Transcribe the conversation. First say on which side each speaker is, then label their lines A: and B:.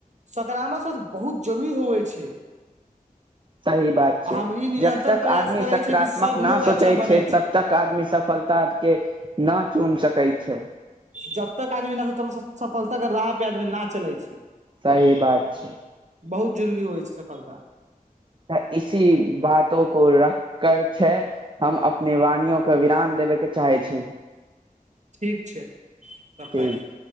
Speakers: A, on the right (about 50°); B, on the right (about 35°).
A: सकारात्मक सच बहुत जरूरी होवै छै
B: सही बात छै
A: हम ई निरन्तर
B: जब तक
A: प्रयास
B: आदमी
A: करै
B: सकारात्मक
A: छै कि सब
B: न
A: लोग
B: सोचै
A: अच्छा बनै
B: छै तब तक आदमी सफल ता के ना चुम सकैत छै
A: जबतक आदमी न तब सफलता के राह पे आदमी ना चले छै
B: सही बात छै
A: बहुत जरूरी होइ छै सफलता
B: त इसी बातो को रखकर छै हम अपने वाणियो क विराम देबे के चाहै छै
A: ठीक छै रखै
B: ठीक
A: छी